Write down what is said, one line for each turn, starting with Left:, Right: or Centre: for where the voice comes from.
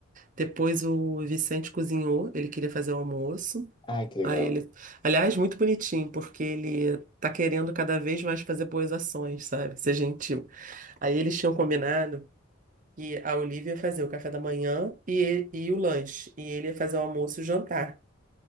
Right: Depois o Vicente cozinhou, ele queria fazer o almoço.
Left: Ai, que legal.
Right: Aí ele, aliás, muito bonitinho, porque ele tá querendo cada vez mais fazer boas ações, sabe? Ser gentil. Aí eles tinham combinado que a Olivia ia fazer o café da manhã e, e o lanche, e ele ia fazer o almoço e o jantar.